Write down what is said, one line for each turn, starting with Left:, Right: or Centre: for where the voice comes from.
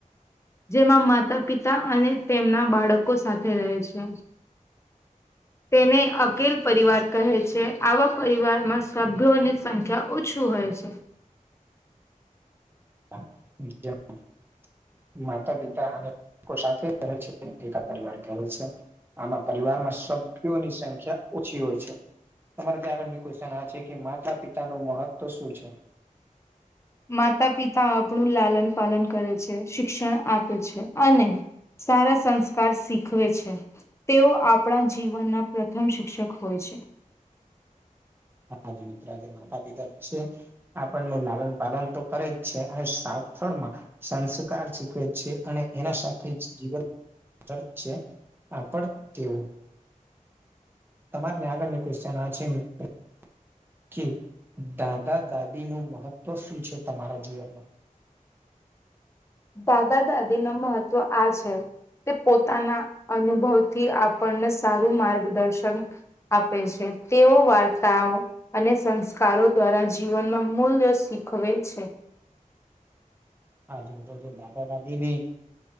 Left: જેમાં માતા પિતા અને તેમના બાળકો સાથે રહે છે તેને અકેલ પરિવાર કહે છે આવા પરિવારમાં સભ્યોની સંખ્યા ઓછું હોય છે
Right: <unintelligible> માતા પિતા અને સાથે રહે છે એકા પરિવાર કહે છે આમાં પરિવારમાં સભ્યોની સંખ્યા ઓછી હોય છે તમારે ત્યાં આગળની ક્વેશચન આ છે કે માતા પિતા નું મહત્વ શું છે
Left: માતા પિતા આપણું લાલન પાલન કરે છે શિક્ષણ આપે છે અને સારા સંસ્કાર શીખવે છે તેઓ આપણા જીવનના પ્રથમ શિક્ષક હોય છે
Right: હાજ મિત્રો આજે માતા પિતા છે આપણનું લાલન પાલન તો કરે જ છે અને સાથળમાં સંસ્કાર શીખવે છે અને એના સાથે જ જીવન <unintelligible> આપડ તેવું તમાર ને આગળ ની ક્વેશ્ચન આ છે મિત્ર કે દાદા દાદી નું મહત્વ શું છે તમારા જીવનમાં
Left: દાદા દાદી નો મહત્વ આ છે તે પોતાના અનુભવથી આપણને સારું માર્ગદર્શન આપે છે તેઓ વાર્તાઓ અને સંસ્કારો દ્વારા જીવનનો મૂલ્ય શીખવે છે
Right: હા જો તો જો દાદા દાદી ની